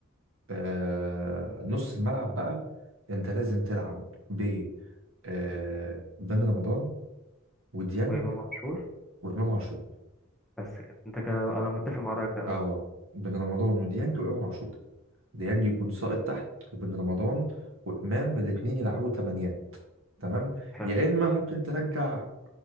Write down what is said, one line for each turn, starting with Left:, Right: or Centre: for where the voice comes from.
Right: آه نص الملعب بقى انت لازم تلعب ب آه بن رمضان وديانج
Centre: وإمام عاشور
Right: وامام عاشور
Centre: بس كده انت كده انا متفق مع رأيك ده أوي
Right: اه بن رمضان وديانج وامام عاشور ديانج يكون ساقط تحت وبن رمضان وامام الاثنين يلعبوا تمانيات تمام
Centre: حلو
Right: يا اما ممكن ترجع